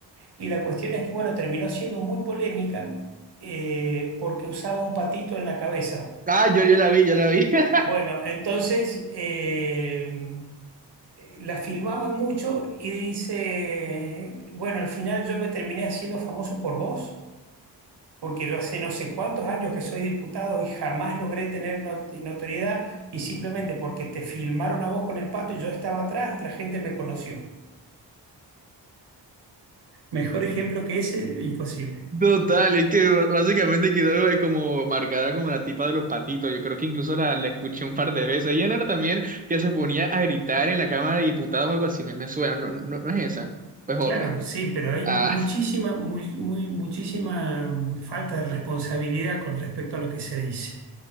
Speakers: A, on the right; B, on the right.
A: Y la cuestión es que, bueno, terminó siendo muy polémica eh, porque usaba un patito en la cabeza.
B: Ah, yo, yo la vi, yo la vi. <laughs>
A: Bueno, entonces eh, la filmaban mucho y dice, bueno, al final yo me terminé haciendo famoso por vos, porque yo hace no sé cuántos años que soy diputado y jamás logré tener not- notoriedad y simplemente porque te filmaron a vos con el pato y yo estaba atrás, la gente me conoció. Mejor ejemplo que ese, imposible.
B: Total, es que b- básicamente quedó eh, como marcada como la tipa de los patitos. Yo creo que incluso la, la escuché un par de veces. Ella no era también que se ponía a gritar en la Cámara de Diputados o algo así. Me, me suena, no, no, no no es esa, pues
A: Claro,
B: otra.
A: sí, pero hay
B: Ah,
A: muchísima, muy, muy, muchísima mm, falta de responsabilidad con respecto a lo que se dice.